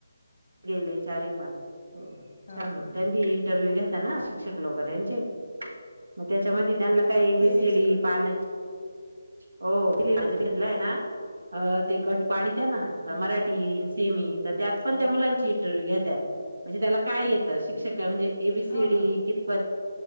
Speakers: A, on the right; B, on the left.
A: गेले चारी पण हो
B: हा
A: छान
B: ना
A: त्यांनी इंटरव्यू घेता ना. शिक्क लोक त्यांचे मग त्याच्यामध्ये त्यांना काय एबीसीडी
B: सेमीचे का
A: पान. हो भेदलाय ना अ ते गटपाडी <unintelligible> ना
B: हम्म
A: मराठी सेमी तर त्यात पण-
B: हा
A: मुलां इंटरव्ह्यू घेता. म्हणजे त्याला काय येत शिक्षक म्हणजे एबीसीडी
B: हा का
A: कितप